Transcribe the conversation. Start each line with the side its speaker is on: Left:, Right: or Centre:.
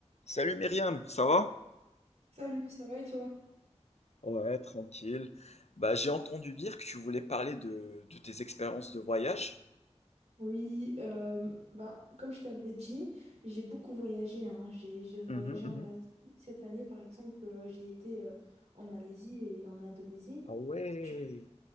Left: Salut Myriam, ça va?
Right: Salut, ça va et toi?
Left: Ouais, tranquille. Bah, j'ai entendu dire que tu voulais parler de, de tes expériences de voyage.
Right: Oui, euh, ben, comme je t'avais dit, j'ai beaucoup voyagé. hein. J'ai, j'ai voyagé
Left: Mhm, mhm.
Right: en Asie. Cette année, par exemple, euh, j'ai été euh, en Malaisie et en Indonésie.
Left: Ah ouais.
Right: Tu,